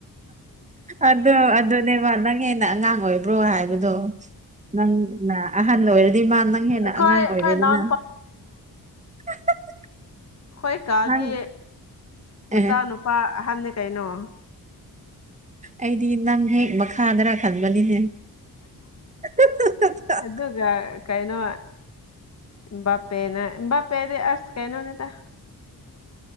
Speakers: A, on the right; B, on the left.
A: ꯑꯗꯣ ꯑꯗꯨꯅꯦꯕ ꯅꯪ ꯍꯦꯟꯅ ꯑꯉꯥꯡ ꯑꯣꯏꯕ꯭ꯔꯣ ꯍꯥꯏꯕꯗꯣ ꯅꯪꯅ ꯑꯍꯟ ꯑꯣꯏꯔꯗꯤ ꯃꯥ ꯅꯪ ꯍꯦꯟꯅ
B: ꯑꯩꯈꯣꯏ
A: ꯑꯉꯥꯡ
B: ꯑꯩꯈꯣꯏ
A: ꯑꯣꯏꯔꯦꯗꯅ
B: ꯏꯅꯥꯎ
A: <unintelligible>
B: ꯈꯣꯏ ꯀꯥꯒꯤ
A: ꯅꯪ
B: ꯃꯆꯥꯅꯨꯄꯥ
A: ꯑꯦ
B: ꯑꯍꯟꯅꯤ ꯀꯩꯅꯣ
A: ꯑꯩꯗꯤ ꯅꯪ ꯍꯦꯛ ꯃꯈꯥꯗꯔ ꯈꯪꯕꯅꯤꯍꯦ <unintelligible>
B: ꯑꯗꯨꯒ ꯀꯩꯅꯣ ꯑꯝꯕꯥꯄꯦꯅ ꯕꯥꯄꯦꯗꯤ ꯑꯁ ꯀꯩꯅꯣꯅꯤꯗ